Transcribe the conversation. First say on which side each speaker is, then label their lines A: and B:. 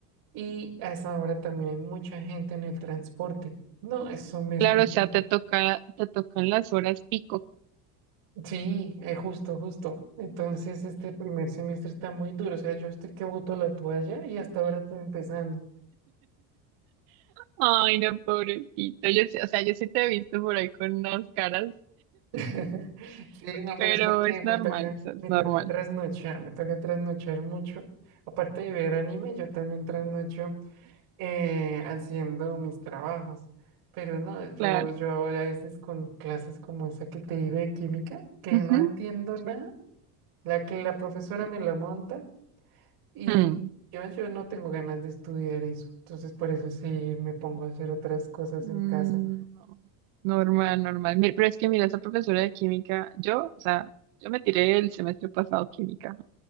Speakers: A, on the right; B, on the right.
A: y a esa hora también hay mucha gente en el transporte. No, eso me
B: Claro,
A: explica.
B: o sea, te toca, te tocan las horas pico.
A: Sí, eh, justo, justo. Entonces, este primer semestre está muy duro. O sea, yo estoy que boto la toalla y hasta ahora estoy empezando.
B: Ay, no, pobrecito. Yo sí, o sea, yo sí te he visto por ahí con unas caras
A: <laughs> Sí, no,
B: Pero
A: pero es porque
B: es
A: me
B: normal,
A: toca,
B: o sea, es
A: me
B: normal,
A: toca trasnochar, me toca trasnochar mucho. Aparte de ver anime, yo también trasnocho eh, haciendo mis trabajos. Pero no, yo,
B: claro.
A: yo a veces con clases como esa que te digo de química, que
B: Ujú.
A: no entiendo nada.
B: Sí,
A: La que la profesora
B: sí.
A: me la monta y
B: Mm.
A: yo, yo no tengo ganas de estudiar eso. Entonces, por eso sí me pongo a hacer otras cosas
B: Mm,
A: en casa.
B: no. Normal, normal. Mi- Pero es que mira, esa profesora de química, yo, o sea, yo me tiré el semestre pasado química,